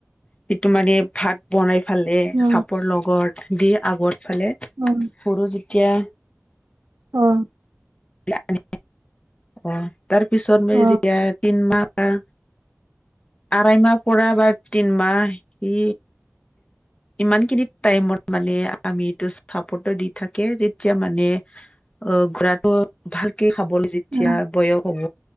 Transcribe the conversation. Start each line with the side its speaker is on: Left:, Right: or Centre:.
Left: সিটো মানে ভাত বনাই ফালে
Right: অ
Left: চাপৰ লগত দি আগৰ ফালে।
Right: অ'
Left: সৰু যেতিয়া
Right: অ'
Left: <unintelligible> অ', তাৰ পিছত মই
Right: অ
Left: যেতিয়া তিনমাহ বা আঢ়াই মাহ পৰা বা তিনমাহ সি ইমান খিনি টাইমত মানে আমি এইটো চাপৰ্ট দি থাকে তেতিয়া মানে অ', ঘোৰাটো ভালকে খাবলৈ যি এতিয়া
Right: অ
Left: বয়স হ'ব